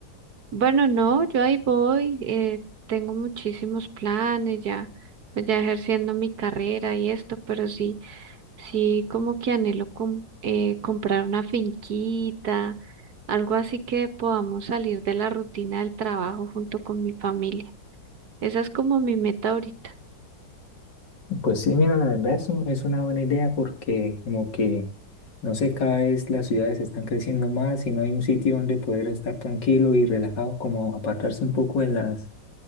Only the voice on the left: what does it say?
Pues sí, mira, la verdad es, un- es una buena idea porque como que, no sé, cada vez las ciudades están creciendo más y no hay un sitio donde poder estar tranquilo y relajado, como apartarse un poco de las